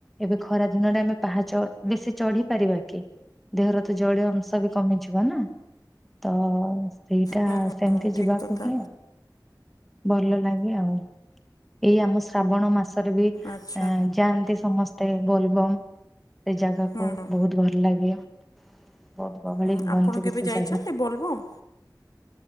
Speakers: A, in the centre; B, on the left (about 55°).
A: ଏବେ ଖରା ଦିନଟେ ଆମେ ପାହାଚ ବେଶୀ ଚଢି ପାରିବା କି? ଦେହର ତ ଜଳୀୟ ଅଂଶ ବି କମିଯିବ ନା ତ ସେଇଟା।
B: ହୁଁ ହୁଁ
A: ସେମିତି
B: ହୁଁ ଠିକ୍
A: ଯିବାକୁ
B: କଥା
A: ହୁଏ। ଭଲ ଲାଗେ ଆଉ ଏଇ ଆମ ଶ୍ରାବଣ ମାସ ବି
B: ଆଚ୍ଛା
A: ଯାଆନ୍ତି ସମସ୍ତେ ବୋଲବମ୍ ସେ ଜାଗାକୁ
B: ହୁଁ ହୁଁ
A: ବୋହୁତ ଭଲ ଲାଗେ ବୋହୁତ ଗହଳି
B: ହୁଁ
A: ହୁଅନ୍ତି
B: ଆପଣ କେବେ
A: ବି ସେ
B: ଯାଇଛନ୍ତି
A: ଜାଗା
B: ବୋଲବମ୍।